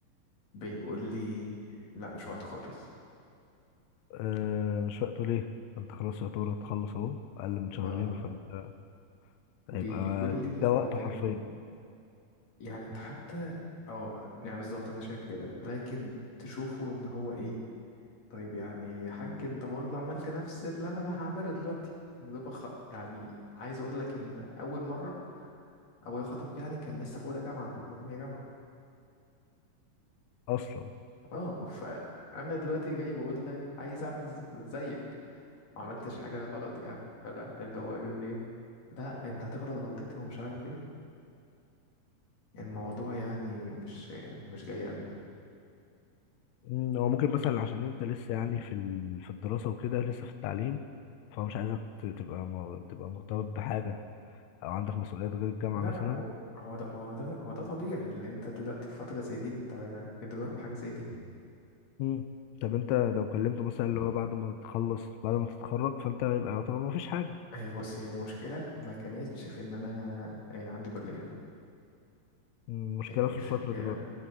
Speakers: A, on the left (about 55°); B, on the left (about 80°).
A: بيقول لي لا مش وقت خالص
B: آه مش وقته ليه؟ انت خلاص يعتبر هتخلص اهو اقل من شهرين
A: اه
B: فانت
A: بيقول
B: هيبقى
A: لي
B: ده وقته
A: هو من
B: حرفيا
A: يعني انت حتى اه يعني بالظبط انا شايف كده لكن تشوفه ان هو ايه طيب يعني يا حاج انت برضه عملت نفس اللي انا ما هعمله دلوقتي يا دوبك خ... يعني عايز اقول لك ان اول مره ابويا خطب يعني كان لسه في اولى جامعه وتانية جامعه
B: اصلا
A: اه فانا دلوقتي جاي بقول لك عايز اعمل ز- زيك ما عملتش حاجه غلط يعني فلا اللي هو يقول لي لا انت هتغلط غلطتي ومش عارف ايه فالموضوع يعني مش مش جاي قوي يعني
B: مم، هو ممكن مثلا عشان انت لسه يعني في ال... في الدراسه وكده لسه في التعليم فهو مش عايزك ت- تبقى م... تبقى مرتبط بحاجه او عندك مسؤوليات غير الجامعه
A: لا
B: مثلا
A: هو هو ده هو ده هو ده طبيعي اللي انت دلوقتي في فتره زي دي انت بتجرب حاجه زي دي
B: مم. طب انت لو كلمته مثلا اللي هو بعد ما تخلص بعد ما تتخرج فانت يبقى يعتبر ما فيش حاجه
A: أي بص هي المشكلة ما كانتش في إن أنا أي عندي كلية
B: مم، المشكله
A: المشكلة
B: في الفتره دلوقتي